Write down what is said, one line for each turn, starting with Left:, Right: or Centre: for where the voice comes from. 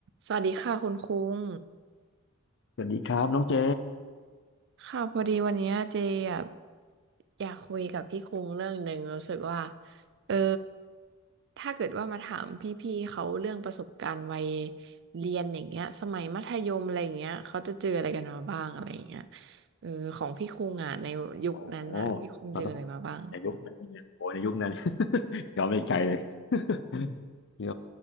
Right: สวัสดีค่ะคุณคุ้ง
Left: สวัสดีครับน้องเจ
Right: ค่ะพอดีวันเนี้ยเจอะอยากคุยกับพี่คุ้งเรื่องหนึ่งรู้สึกว่าเออถ้าเกิดว่ามาถามพี่ๆเขาเรื่องประสบการณ์วัยเรียนอย่างเงี้ยสมัยมัธยมอะไรอย่างเงี้ยเขาจะเจออะไรกันมาบ้างอะไรอย่างเงี้ยเออของพี่คุ้งอ่ะในยุคนั้นอ่ะพี่คุ้งเจออะไรมาบ้าง
Left: โอ้เรา ในยุคนั้นเนี่ยโอ้ในยุคนั้น <laughs> ย้อนไปไกลเลย <laughs> โย